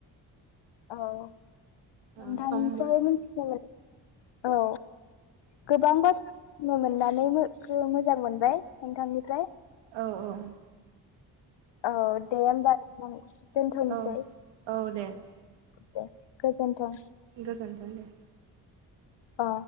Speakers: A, on the left (about 80°); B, on the right (about 90°).
A: औ नोंथांफ्राय
B: ओ सम औ
A: मिथि <unintelligible> औ गोबां बाथ मोननानै मो गो मोजां मोनबाय नोंथांनिफ्राय
B: औ - औ।
A: औ दे होमबा दोन - दोनथ'नोसै।
B: औ औ दे
A: दे गोजोनथों।
B: गोजोन्थों दे।
A: अ।